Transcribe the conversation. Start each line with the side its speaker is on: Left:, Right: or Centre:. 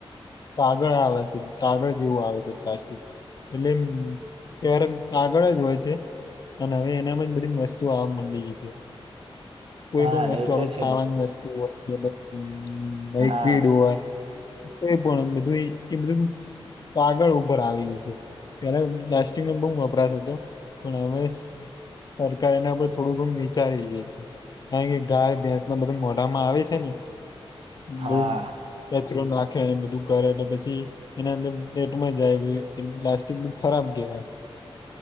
Left: કાગળ આવે છે કાગળ જેવું આવે. પ્લાસ્ટિક એટલે ક્યારે કાગળ જ હોય છે. ના ના હવે એનામાં બધી વસ્તુ આવા મડી છે. કોઈ
Right: હા
Left: પણ વસ્તુ
Right: એ
Left: આમ
Right: તો છે
Left: ખાવાની વસ્તુ હોય કે પછી લીકવીડ
Right: હા
Left: હોય કોઈ પણ એ બધું એ બધું કાગળ ઉપર આવી ગયું છે પેલા પ્લાસ્ટિક નો બો વપરાશ હતો પણ હવે સરકાર એના પર થોડુ ઘણું વિચારી રહી છે. કારણ કે ગાય, ભેંસ ને બધૂ મોઢામાં આવે છે ને
Right: હા
Left: બધ કચરો નાખેને બધું કરે તો પછી એના અંદર પેટમાં જાય પ્લાસ્ટિક બ ખરાબ કહેવાય.